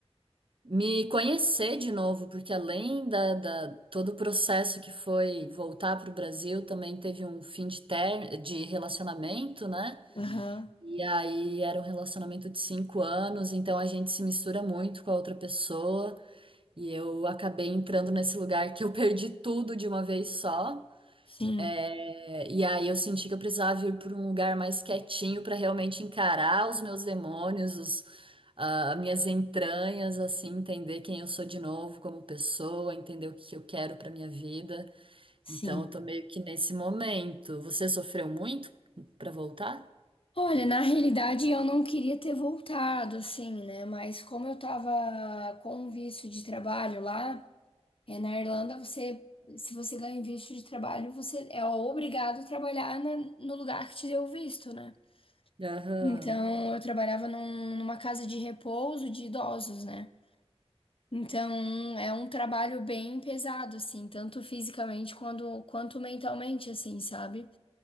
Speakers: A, on the right; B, on the left.
A: me conhecer de novo, porque além da, da- todo o processo que foi voltar para o Brasil, também teve um fim de ter, de relacionamento, né?
B: Aham.
A: E aí era um relacionamento de cinco anos, então a gente se mistura muito com a outra pessoa. E eu acabei entrando nesse lugar que eu <laughs> perdi tudo de uma vez só.
B: Sim,
A: É, E aí eu senti que eu precisava ir para um lugar mais quietinho para realmente encarar os meus demônios, os, ah, minhas entranhas, assim, entender quem eu sou de novo como pessoa, entender o que que eu quero para minha vida.
B: sim.
A: Então eu tô meio que nesse momento. Você sofreu muito para voltar?
B: Olha, na realidade eu não queria ter voltado, assim, né? Mas como eu tava com visto de trabalho lá, é, na Irlanda você, se você ganha um visto de trabalho, você é obrigado a trabalhar na- no lugar que te deu o visto, né?
A: Aham,
B: Então eu trabalhava num- numa casa de repouso de idosos, né? Então é um trabalho bem pesado, assim, tanto fisicamente quanto, quanto mentalmente, assim, sabe?